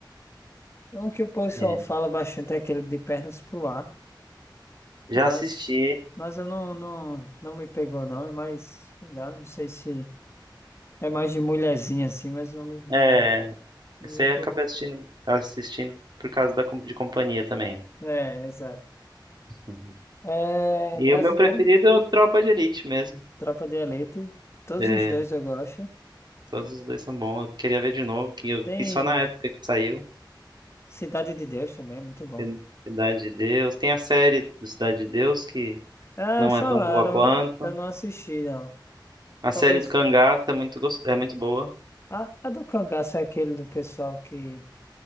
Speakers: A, on the left; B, on the right.
A: Um que o pessoal
B: é.
A: fala bastante é aquele de pernas pro ar.
B: Já
A: Mas,
B: assisti.
A: mas eu não, não, não me pegou, não. É mais, sei lá, não sei se é mais de mulherzinha assim, mas não me, não,
B: É,
A: não
B: você
A: me. cur-
B: acabei assistindo, assistindo por causa da, com- de companhia também.
A: É, exato.
B: Uhum.
A: É
B: E
A: brasileiro,
B: o meu preferido é o Tropa de Elite mesmo.
A: Tropa de Elite. Todos
B: É,
A: os dois eu gosto.
B: todos os dois são bons. Eu queria ver de novo, que eu
A: Tem
B: vi só na época que saiu.
A: Cidade de Deus também, muito bom.
B: Tem Cidade de Deus. Tem a série do Cidade de Deus, que
A: Ah,
B: não
A: falaram,
B: é tão boa quanto.
A: eu não assisti, não.
B: A
A: Talvez.
B: série do Cangaço é muito, gos- é muito boa,
A: A, a do cangaço é aquele do pessoal que,